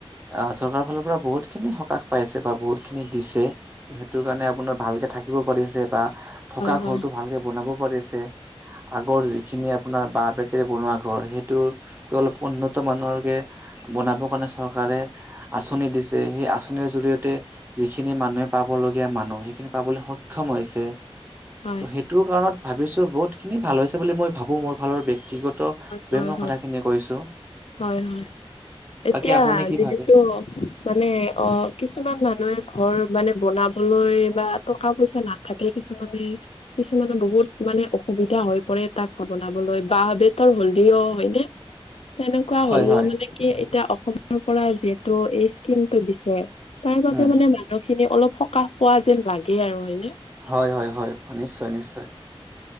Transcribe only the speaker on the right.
আহ চৰকাৰৰ ফালৰ পৰা বহুত খিনি সকাহ পাইছে বা বহুত খিনি দিছে ত' সেইটো কাৰণে আপোনাৰ ভালকে থাকিব পাৰিছে বা থকা
ঘৰটো ভালকে বনাব পাৰিছে আগৰ যিখিনি আপোনাৰ বাঁহ বেতেৰে বনোৱা ঘৰ সেইটোকৈ অলপ উন্নত মানৰকে বনাবৰ কাৰণে চৰকাৰে আঁচনি দিছে সেই আঁচনিৰ জৰিয়তে যিখিনি মানুহে পাব লগীয়া মানুহ সেই খিনি পাবলৈ সক্ষম হৈছে।
ত' সেইটো কাৰত ভাবিছো বহুত খিনি ভাল হৈছে বুলি মই ভাবো মোৰ ফালৰ বে- ব্যক্তিগত ভাবে
মই কথাখিনি কৈছো।
বাকী আপুনি কি
ভাবে
হয়
হয়
উম।
হয় হয় হয় নিশ্চয় নিশ্চয়